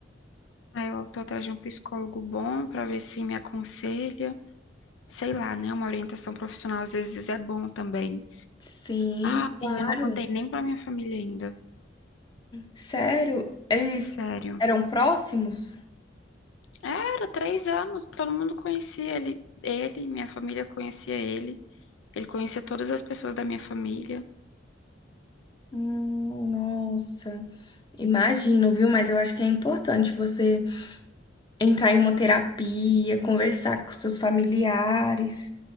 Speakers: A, on the left; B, on the left.
A: Aí eu tô atrás de um psicólogo bom pra ver se me aconselha. Sei lá, né? Uma orientação profissional às vezes é bom também.
B: Sim,
A: Ai,
B: claro.
A: eu não contei nem pra minha família ainda.
B: Sério, eles
A: Sério.
B: eram próximos?
A: Era três anos, todo mundo conhecia ele. Ele, minha família conhecia ele. Ele conhecia todas as pessoas da minha família.
B: Hum, nossa, imagino, viu? Mas eu acho que é importante você entrar em uma terapia, conversar com seus familiares